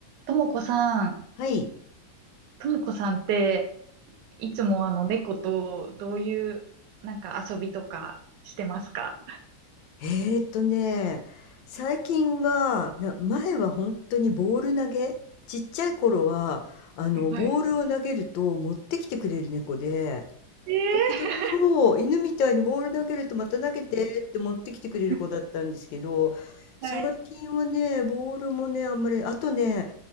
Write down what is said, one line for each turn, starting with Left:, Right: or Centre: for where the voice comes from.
Right: ともこさん、
Left: はい。
Right: ともこさんって、いつもあの猫とどういうなんか遊びとかしてますか
Left: えーっとね、最近は、な、前は本当にボール投げ、ちっちゃい頃は、あの、
Right: はい、
Left: ボールを投げると持ってきてくれる猫で、
Right: ええ
Left: 時々、そう、犬みたいにボール投げるとまた投げてって持ってきてくれる子だったんですけど、
Right: ー、<laughs> はい。
Left: 最近はね、ボールもね、あんまり、あとね、